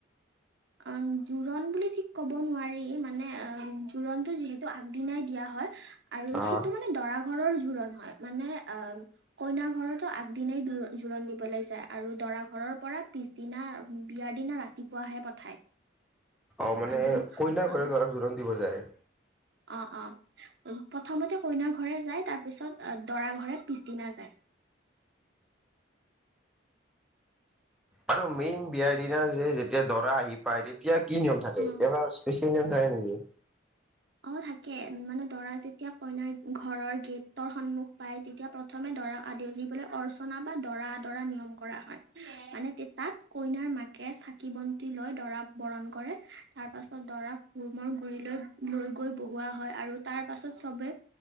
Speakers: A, on the right; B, in the centre.
A: অ' জোৰোণ বুলি ঠিক ক'ব নোৱাৰি, মানে অ' জোৰণতটো যিহেতু আগদিনাই দিয়া হয়, আৰু
B: অ
A: সেইটো মানে দৰা ঘৰৰ জোৰণ হয়, মানে অ' কইনা ঘৰৰতো আগদিনাই জোৰণ দিবলৈ যায়। আৰু দৰা ঘৰত ৰৰ পৰা পিছদিনা বিয়াৰ দিনা ৰাতিপুৱাহে পঠায়।
B: অ' মানে
A: আৰু
B: কইনা
A: অ',
B: ঘৰে ধৰক জোৰোণ দিব যায়
A: অ' অ' প্ৰথমতে কইনা ঘৰে যায়, তাৰ পিছত দৰা ঘৰে পিছদিনা যায়।
B: আৰু মেইন বিয়াৰ দিনা যে যেতিয়া দৰা আহি পায় তেতিয়া কি নিয়ম থাকে
A: অ'।
B: কিবা স্পে <unintelligible> নেকি?
A: অ', থাকে মানে দৰা যেতিয়া কইনাৰ ঘৰৰ গেটৰ সন্মুখ পাই তেতিয়া প্ৰথমে দৰা আদৰিবলৈ অৰ্চনা বা দৰা আদৰা নিয়ম কৰা হয় মানে তাত কইনাৰ মাক কে চাকি বন্তি লৈ দৰা বৰণ কৰে তাৰ পাছত দৰা সুমৰ গুৰিলৈ লৈ গৈ বহোৱা হয় আৰু তাৰ পাছত চবে